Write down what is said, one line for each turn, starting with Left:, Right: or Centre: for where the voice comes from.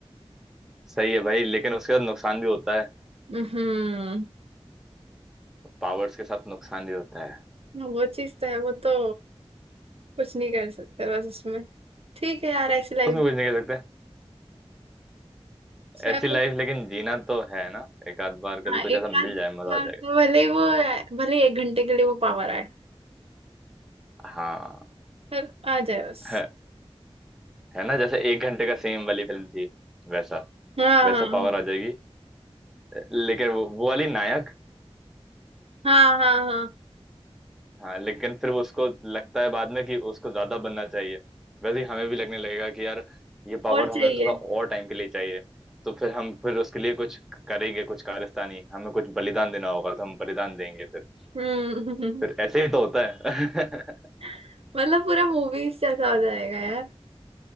Centre: सही है भाई लेकिन उसके साथ नुकसान भी होता है
Right: हम्म
Centre: पावर्स के साथ नुकसान भी होता है
Right: वो चीज तो है वो तो कुछ नहीं कर सकते बस उसमें ठीक है यार ऐसी लाइफ
Centre: उसमें कुछ नहीं कह सकते
Right: चलो
Centre: ऐसी लाइफ लेकिन जीना तो है ना एक आध बार
Right: हाँ
Centre: कभी
Right: एक
Centre: कुछ ऐसा
Right: आध
Centre: मिल जाए मजा
Right: बार
Centre: आ जाएगा
Right: तो भले ही वो भले ही एक घंटे के लिए वो पावर आए
Centre: हाँ
Right: पर आ जाए बस
Centre: है, है ना जैसे एक घंटे का सेम वाली फिल्म थी वैसा
Right: हाँ
Centre: वैसा
Right: हाँ
Centre: पावर आ जाएगी लेकिन वो, वो वाली नायक
Right: हाँ हाँ हाँ हाँ।
Centre: हाँ लेकिन फिर वो उसको लगता है बाद में कि उसको ज्यादा बनना चाहिए वैसे ही हमें भी लगने लगेगा कि यार ये पावर
Right: और
Centre: हमें
Right: चाहिए
Centre: थोड़ा और टाइम के लिए चाहिए तो फिर हम फिर उसके लिए कुछ करेंगे कुछ कारस्तानी हमें कुछ बलिदान देना होगा तो हम बलिदान देंगे फिर
Right: हम्म
Centre: फिर ऐसे ही तो होता है <laughs>
Right: <laughs> मतलब पूरा मूवीज जैसा हो जाएगा यार